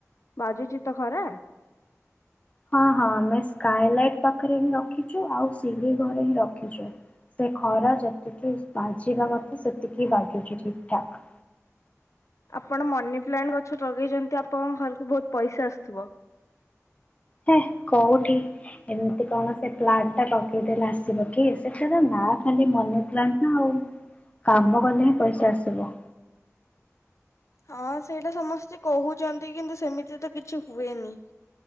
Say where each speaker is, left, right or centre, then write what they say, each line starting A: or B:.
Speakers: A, on the left; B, on the left.
A: ବାଜୁଚି ତ ଖରା?
B: ହଁ ହଁ ଆମେ ସ୍କାଇଲାଇଟ ପାଖରେ ହିଁ ରଖିଚୁ, ଆଉ ସିଡି ଘରେ ହିଁ ରଖିଛୁ, ସେ ଖରା ଯେତିକି ବାଜିବା କଥା ସେତିକି ବାଜୁଚି ଠିକ ଠାକ୍।
A: ଆପଣ ମନି ପ୍ଲାଣ୍ଟ ଗଛ ଲଗେଇଚନ୍ତି ଆପଣଙ୍କ ଘରକୁ ବହୁତ ପଇସା ଆସୁଥୁବ।
B: ହେ କୋଉଠି ଏମିତି କଣ ସେ ପ୍ଲାଣ୍ଟ ଟା ଲଗେଇଦଲେ ଆସିବ କି ସେଠାର ନାଁ ଖାଲି ମନି ପ୍ଲାଣ୍ଟ ନା ଆଉ, କାମ କଲେ ହିଁ ପଇସା ଆସିବ।
A: ହଁ ସେଇଟା ସମସ୍ତେ କହୁଚନ୍ତି, କିନ୍ତୁ ସେମିତି ତ କିଛି ହୁଏନି,